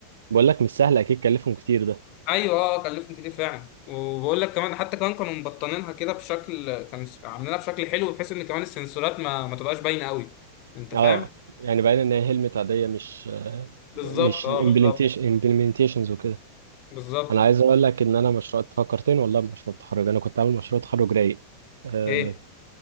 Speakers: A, on the right; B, on the left.
A: بقول لك مش سهل اكيد كلفهم كتير ده
B: ايوه اه كلفهم كتير فعلا وبقول لك كمان حتى كمان كانوا مبطنينها كده بشكل كانوا عاملينها بشكل حلو بحيث ان كمان السنسورات ما ما تبقاش باينه قوي انت فاهم
A: اه يعني باين ان هي هلمت عاديه مش
B: بالظبط
A: مش
B: اه
A: امبلمنتيشن
B: بالظبط
A: امبلمنتيشنز وكده
B: بالظبط
A: انا عايز اقول لك ان انا مشروع فكرتني والله بمشروع التخرج انا كنت عامل مشروع تخرج رايق أه
B: ايه